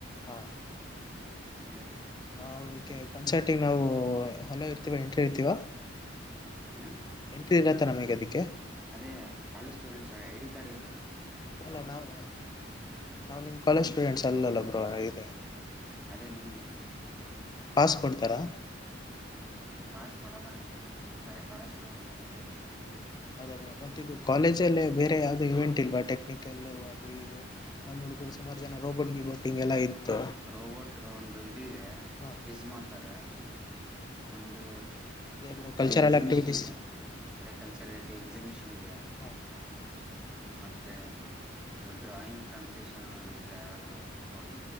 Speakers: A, on the left (about 20°); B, in the centre.
A: ಹಾ
B: ಅದೇ
A: ಹದಕ್ಕೆ ಕನ್ಸರ್ಟಂಗ ನಾವು ಹಲೋ ಇರ್ತೀವ ಎಂಟ್ರಿ ಇರ್ತೀವಾ
B: ಏನ
A: ಎಂಟ್ರಿ ಇಲ್ಲ ತ ನಮಗೆ ಅದಕ್ಕೆ
B: ಅದೇ college students I D card ಇರ್ಬೇಕು
A: ಅಲ್ಲ ನಾವವು ನಾ್ ನಿಮ್ ಕಾಲೇಜ್ ಸ್ಟೂಡೆಂಟ್ಸ್ ಅಲ್ಲಲ್ಲಬ್ರು ಹಾಗಿದೆ
B: ಅದೇ ನಿಮಗಿಲ್ಲ
A: ಪಾಸ್ ಕೊಡ್ತಾರಾ
B: ಹ್ ಪಾಸ್ ಕೊಡಲ್ಲ ನಿಮಗೆ ಬಾರೆ ಕಾಲೇಜು ಸ್ಟೂಡೆಂಟ್ಸ್ ಅಷ್ಟೆ ಅದು
A: ಹೌದಾದ ಮತ್ತೆ ಇದು ಕಾಲೇಜ ಅಲ್ಲೇ ಬೇರೆ ಯಾವ್ದು ಇವೆಂಟ್ ಇಲ್ವಾ ಟೆಕ್ನಿಕಲ್ಲ ಅದು ಇದು ನಮ್ಮ ಹುಡುಗರು
B: ಹ್ಮ
A: ಸುಮಾರು ಜನ ರೋಬೋಟ್ ಗಿಬೋಟ್ ಹಿಂಗೆಲ್ಲ ಇತ್ತು
B: ರೋಬೋಟ್ ಒಂದು ಇದು ಇದೆ
A: ಹಾಂ
B: ವಿಿಸ ಮಾಡ್ತಾರೆ
A: <inaudible>
B: ಒಂದು
A: ಬ್ರೋ
B: ಅದೇ
A: ಕಲ್ಚರಲ್
B: ಎಕ್ಸಿಬಿಷನ್
A: ಆಕ್ಟಿವಿಟೀಸ್
B: ಇದೆ ಅದೇ ಕಲ್ಚರ್ ಎಕ್ಸಿಬಿಷನ್ ಇದೆ
A: ಹಾಂ
B: ಮತ್ತೆ ಇದು ಡ್ರಾಯಿಂಗ್ ಕಾಂಪಿಟೇಷನ್ ಇದ್ರೆ ಯಾರಾದ್ರೂ ನೋಡಿ